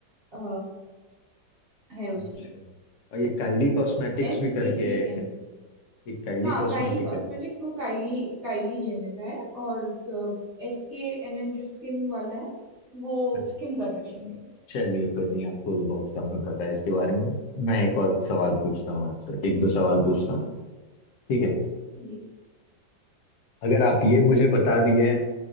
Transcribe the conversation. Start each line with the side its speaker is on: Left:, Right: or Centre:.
Right: अ, है उसमें
Left: अच्छा और ये काइली कॉस्मेटिक्स
Right: S
Left: भी करके
Right: K K
Left: है एक
Right: N
Left: एक काइली
Right: हाँ
Left: कॉस्मेटिक
Right: काइली कॉस्मेटिक्स वो काइली काइली जेनर का है और एस के एन एन जो स्किन वाला है वो
Left: है
Right: किम कार्दाशियन का है।
Left: चलिए फिर नहीं आपको भी बहुत कम ही पता है इसके बारे में मैं एक और सवाल पूछता हूँ आपसे एक दो सवाल
Right: <laughs>
Left: पूछता
Right: जी
Left: हूँ ठीक है
Right: जी
Left: अगर आप ये मुझे बता दिए अ,